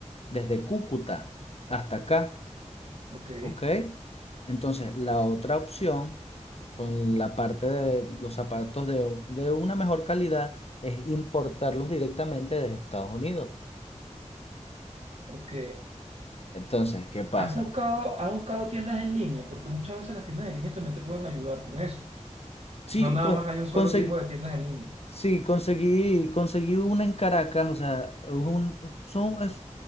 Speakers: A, on the left; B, on the right.
A: desde Cúcuta hasta acá.
B: Ok,
A: ¿ok? Entonces, la otra opción, con la parte de los zapatos de, de una mejor calidad, es importarlos directamente desde Estados Unidos.
B: ok.
A: Entonces, ¿qué pasa?
B: ¿Has buscado, has buscado tiendas en línea? Porque muchas veces las tiendas en línea también te pueden ayudar con eso.
A: Sí,
B: No nada
A: con-
B: más hay un solo
A: conseguí,
B: tipo de tiendas en línea.
A: sí, conseguí, conseguí una en Caracas, o sea, un, son, es,